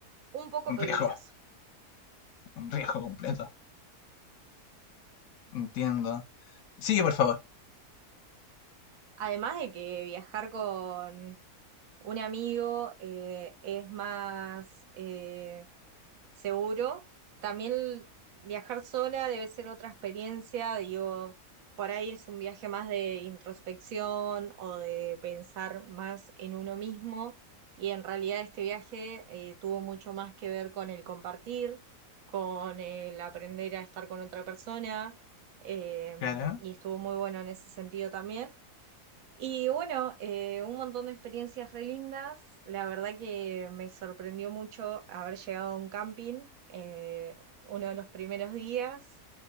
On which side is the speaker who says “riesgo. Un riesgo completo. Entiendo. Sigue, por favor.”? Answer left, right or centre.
Left